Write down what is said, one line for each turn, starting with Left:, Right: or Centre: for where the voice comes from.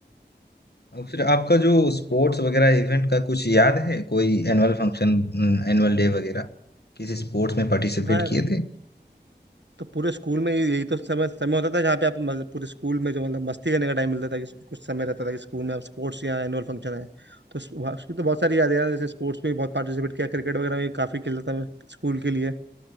Left: और फिर आपका जो स्पोर्ट्स वगैरह इवेंट का कुछ याद है कोई एनुअल फंक्शन हम्म, एनुअल डे वगैरह किसी स्पोर्ट्स में पार्टिसिपेट
Right: हाँ
Left: किए थे
Right: तो पूरे स्कूल में यही तो समय समय होता था जहाँ पे आप मतलब पूरे स्कूल में जो मतलब मस्ती करने का टाइम मिलता था कि कुछ समय रहता था कि स्कूल में आप स्पोर्ट्स या एनुअल फंक्शन है तो उस- वहाँ- उसकी तो बहुत सारी यादें हैं जैसे स्पोर्ट्स में भी बहुत पार्टिसिपेट किया क्रिकेट वगैरह में काफ़ी खेलता था मैं स्कूल के लिए